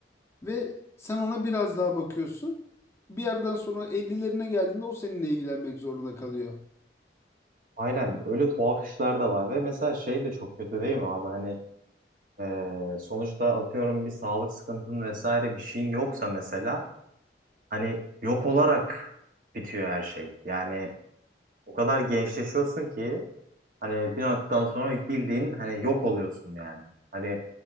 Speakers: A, on the left; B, on the right.
A: ve sen ona biraz daha bakıyorsun. Bir yerden sonra 50'lerine geldiğinde o seninle ilgilenmek zorunda kalıyor.
B: Aynen öyle tuhaf işler de var ve mesela şey de çok kötü değil mi abi? Hani e, sonuçta atıyorum bir sağlık sıkıntın vesaire bir şeyin yoksa mesela hani yok olarak bitiyor her şey. Yani o kadar gençleşiyorsun ki Hani bir noktadan sonra bildiğin hani yok oluyorsun yani. Hani